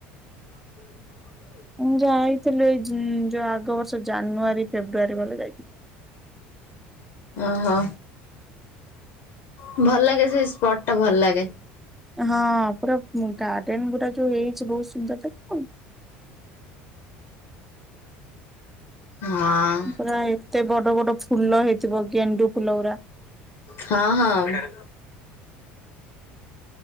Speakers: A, on the left; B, in the centre.
A: <inaudible>
B: ମୁଁ ଯାଇଥିଲି ଏଇ ଉଁ ଯୋଉ ଆଗ ବର୍ଷ ଜାନୁଆରୀ ଫେବୃଆରୀ ବଳେ ଯାଇଚି।
A: ଓହୋ ଭଲ ଲାଗେ ସେଇ ସ୍ପଟ ଟା ଭଲ ଲାଗେ।
B: ହଁ ପୁରା ଉଁ ଗାର୍ଡେନ ଗୁରା ଯୋଉ ହେଇଚି ବହୁତ ସୁନ୍ଦର ଦେଖ ଆଉନ।
A: ହଁ।
B: ପୁରା ଏତେ ବଡ଼ ବଡ଼ ଫୁଲ ହେଇଥିବ ଗେଣ୍ଡୁ ଫୁଲ ଗୁରା।
A: ହଁ ହଁ।